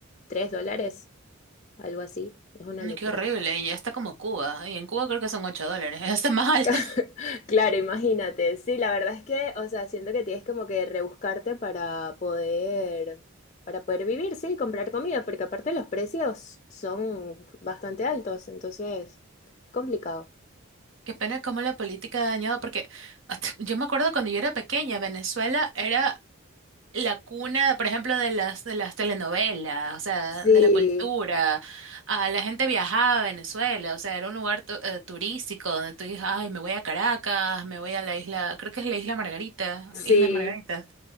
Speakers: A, on the left (about 35°); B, on the right (about 65°).
A: 3 dólares, algo así, es una
B: Ay,
A: locura.
B: Qué horrible, y ya está como Cuba, y en Cuba creo que son 8 dólares, <laughs> ya está más alto.
A: <laughs> Claro, imagínate. Sí, la verdad es que, o sea, siento que tienes como que rebuscarte para poder, para poder vivir, sí, y comprar comida, porque aparte los precios son bastante altos, entonces es complicado.
B: Qué pena cómo la política ha dañado, porque <laughs> hasta- yo me acuerdo cuando yo era pequeña, Venezuela era la cuna, por ejemplo, de las, de las telenovelas, o sea,
A: Sí,
B: de la cultura. Ah, la gente viajaba a Venezuela, o sea, era un lugar tu- eh, turístico donde tú dices, ay, me voy a Caracas, me voy a la isla, creo que es la isla Margarita,
A: sí,
B: Islas Margaritas.